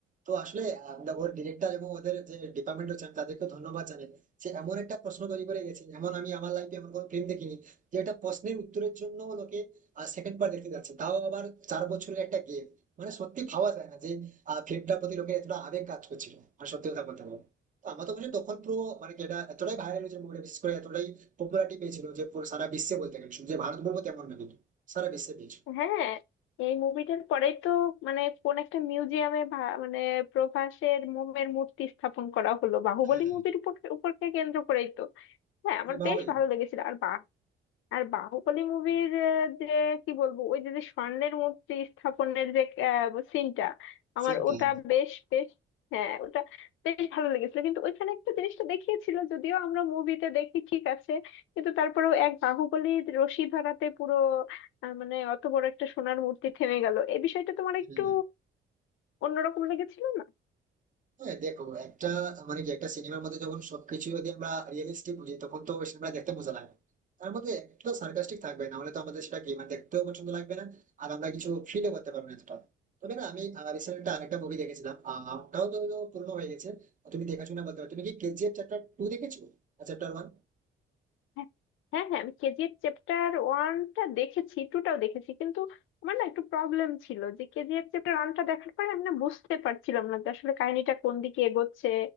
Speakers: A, on the right; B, on the left.
A: তো আসলে আহ, দেখো, ওর ডিরেক্টর এবং ওদের যে ডিপার্টমেন্ট হচ্ছে আমি তাদেরকে ধন্যবাদ জানাই সে এমন একটা প্রশ্ন তৈরি করে গেছে এমন আমি আমার লাইফে এমন কোনো ফিল্ম দেখিনি যে একটা প্রশ্নের উত্তরের জন্য লোকে সেকেন্ড পার্ট দেখতে যাচ্ছে তাও আবার চার বছরের একটা গেম মানে সত্যি ভাবা যায় না যে ফিল্মটার প্রতি লোকের এতটা আবেগ কাজ করছিল আর সত্যি কথা বলতে পারবো তো আমার তো মনে হয় তখন পুরো মানে কি এটা এতটাই ভাইরাল হয়েছিল মুভিটা বিশেষ করে এতটাই পপুলারিটি পেয়েছিল যে পুরো সারা বিশ্বে বলতে গেলে শুধু যে ভারত বলবো তেমন না কিন্তু সারা বিশ্বে পেয়েছিল
B: হ্যাঁ এই মুভিটার পরেই তো মানে কোন একটা মিউজিয়ামে মানে প্রভাসের মোমের মূর্তি স্থাপন করা হলো বাহুবলী
A: হ্যাঁ,
B: মুভির উপর উপরকে কেন্দ্র করেই তো হ্যাঁ আমার
A: এভাবেই
B: বেশ ভালো লেগেছিল আর আর বাহুবলী মুভির যে কি বলবো ওই যে যে স্বর্ণের মূর্তি স্থাপনের যে সিনটা আমার
A: সেটাই
B: ওটা বেশ বেশ হ্যাঁ ওটা বেশ ভালো লেগেছিল কিন্তু ওইখানে একটা জিনিসটা দেখিয়েছিল যদিও আমরা মুভিতে দেখি ঠিক আছে কিন্তু তারপরেও এক বাহুবলীর রশি ধরাতে পুরো আহ, মানে অত বড় একটা সোনার মূর্তি থেমে গেল এই বিষয়টা তোমার
A: হ্যাঁ।
B: একটু
A: হ্যাঁ,
B: অন্যরকম লেগেছিল না
A: হ্যাঁ, দেখো একটা মানে কি একটা সিনেমার মধ্যে যখন সবকিছু যদি আমরা রিয়েলিস্টিক বুঝি তখন তো সিনেমা দেখতে মজা লাগে তার মধ্যে একটু সার্কাস্টিক থাকবে না হলে তো আমাদের সেটা কি মানে দেখতেও পছন্দ লাগবে না আর আমরা কিছু ফিলও করতে পারবো না এতটা তবে না আমি রিসেন্ট একটা আরেকটা মুভি দেখেছিলাম আহ, ওটাও তো পুরনো হয়ে গেছে তুমি দেখেছো না বলতে পারো তুমি কি কেজিএফ চ্যাপ্টার টু দেখেছো চ্যাপ্টার ওয়ান
B: হ্যাঁ হ্যাঁ হ্যাঁ, আমি কেজিএফ চ্যাপ্টার ওয়ানটা দেখেছি টুটাও দেখেছি কিন্তু আমার না একটু প্রবলেম ছিল যে কেজিএফ চ্যাপ্টার ওয়ানটা দেখার পর আমি না বুঝতে পারছিলাম না যে আসলে কাহিনীটা কোন দিকে এগোচ্ছে